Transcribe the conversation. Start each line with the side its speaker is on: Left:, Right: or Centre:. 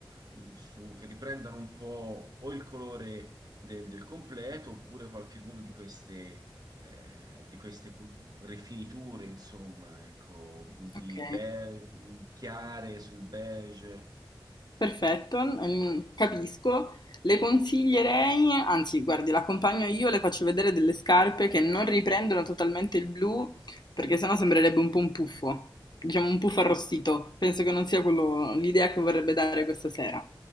Right: mh, su, che riprendono un po' o il colore de- del completo, oppure qualcuno di queste, eh, di queste cu- rifiniture, insomma, ecco, di
Left: Ok.
Right: be- chiare sul beige.
Left: Perfetto, ehm, capisco. Le consiglierei, anzi, guardi, l'accompagno io, le faccio vedere delle scarpe che non riprendono totalmente il blu, perché sennò sembrerebbe un po' un puffo, diciamo un puffo arrostito. Penso che non sia quello l'idea che vorrebbe dare questa sera.